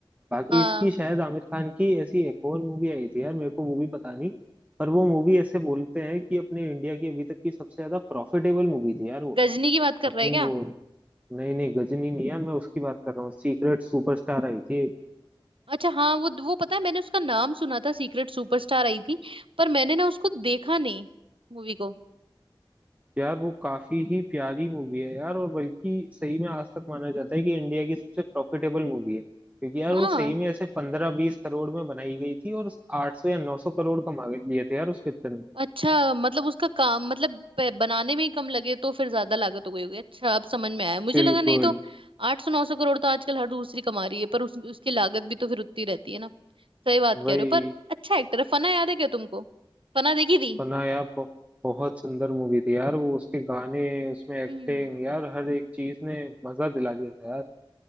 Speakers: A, on the right (about 15°); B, on the right (about 80°).
A: बाकी
B: हाँ
A: इसकी शायद आमिर खान की ऐसी एक और मूवी आई थी यार मेरे को मूवी पता नहीं पर वो मूवी ऐसे बोलते हैं कि अपने इंडिया की अभी तक की सबसे ज्यादा प्रॉफिटेबल मूवी थी यार वो
B: गजनी की बात कर
A: अपनी
B: रहा है क्या
A: वो नहीं नहीं गजनी नहीं यार मैं उसकी बात कर रहा हूँ सीक्रेट सुपरस्टार आई थी
B: अच्छा हाँ वो वो पता है मैंने उसका नाम सुना था सीक्रेट सुपरस्टार आई थी पर मैंने ना उसको देखा नहीं मूवी को
A: यार वो काफी ही प्यारी मूवी है यार और बल्कि सही में आज तक माना जाता है कि इंडिया की सबसे प्रॉफिटेबल मूवी है क्योंकि यार
B: हाँ
A: वो सही में ऐसे पंद्रह बीस करोड़ में बनाई गई थी और आठ सौ या नौ सौ करोड़ कमा लिए थे यार उस पिक्चर में
B: अच्छा मतलब उसका काम मतलब प- बनाने में ही कम लगे तो फिर ज्यादा लागत हो गई होगी अच्छा अब समझ में आया मुझे
A: बिल्कुल
B: लगा नहीं तो आठ सौ नौ सौ करोड़ तो आजकल हर दूसरी कमा रही है पर उस, उसकी लागत भी तो फिर उतनी रहती है ना सही बात
A: वही
B: कह रहे हो पर अच्छा एक्टर है फना याद है क्या तुमको फना देखी थी
A: तो ना यार बहु- बहुत सुंदर मूवी थी यार वो उसके गाने उसमें एक्टिंग
B: हम्म
A: यार हर एक चीज ने मजा दिला दिया था यार